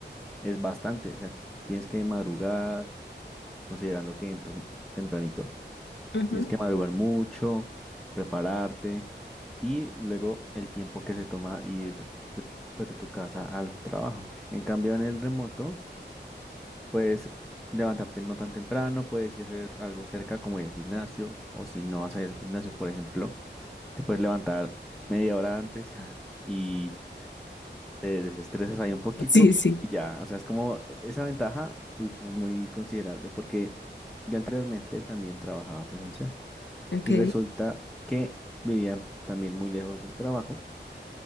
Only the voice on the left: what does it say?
Ujú.
Sí, sí,
ok.